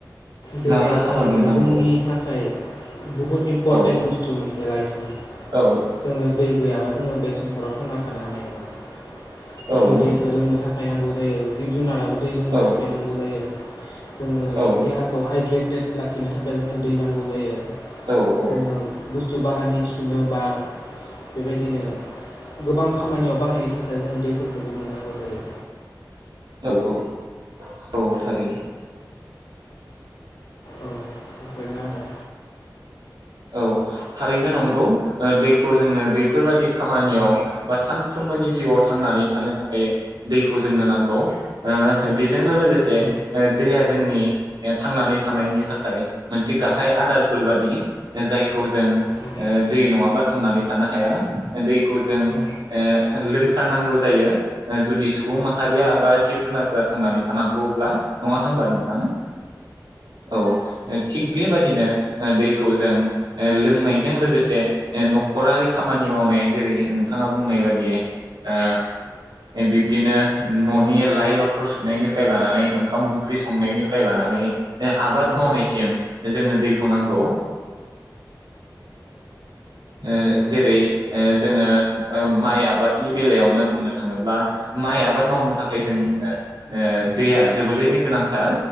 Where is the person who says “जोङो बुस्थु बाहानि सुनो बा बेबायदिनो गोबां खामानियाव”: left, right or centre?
Left